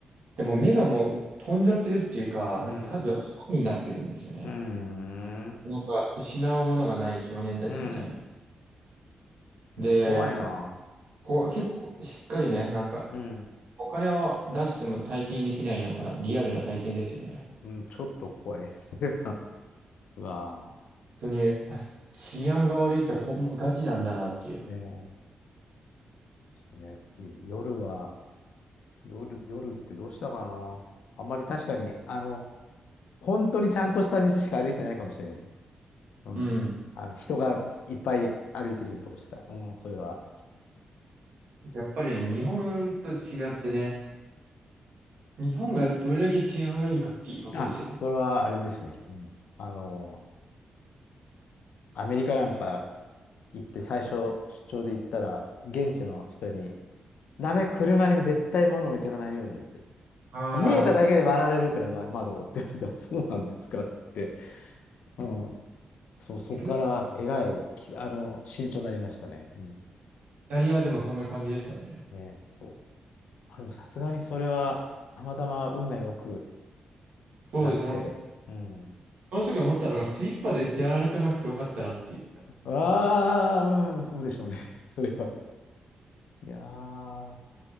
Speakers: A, on the right; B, on the left.
A: でも目がもう飛んじゃってるっていうか、なんか多分、
B: うん。
A: 歯になってるんですよね。
B: うん。
A: なんか、失うものがない少年たちみたいな。
B: うん。いや、
A: で、
B: 怖いな。
A: こう、結構しっかりね、なんか、
B: うん。
A: お金を出しても体験できないようなリアルな体験ですよね。
B: うん、ちょっと怖いっす。<laughs> はうわ
A: 本当に、あ、治安が悪いってほん、ガチなんだなっていう。
B: ぁ。ええそうね。いや夜は、夜、夜ってどうしたかな。あんまり確かに、あの、本当にちゃんとした道しか歩いてないかもしれない。うん。
A: うん。
B: あの、人がいっぱい歩いてるようなとこしか。うん、それは。
A: やっぱりね、日本と違ってね、日本がどれだけ治安がいいかっていうことですよね。
B: あ、それはあれですね。うん。あの、アメリカなんか行って最初出張で行ったら、現地の人に、ダメ、車にも絶対物置いていかないようにって。
A: ああ、
B: 見えただけで割られるから、ま、窓をって言われて、あそうなんですかって。うん。そう、そこからえらい、
A: イ
B: きあの、慎重になりましたね。うん。
A: タリアもそうねイタリアはでもそんな感じでしたね。
B: ね、そう。あ、でもさすがにそれは、たまたま運が良く
A: そうですね、
B: なくて、
A: 本当。
B: うん。
A: その時思ったのが、スリッパで出歩かなくてよかったなっていう。
B: ああ、うん、そうでしょうね。<laughs> それは。いやー、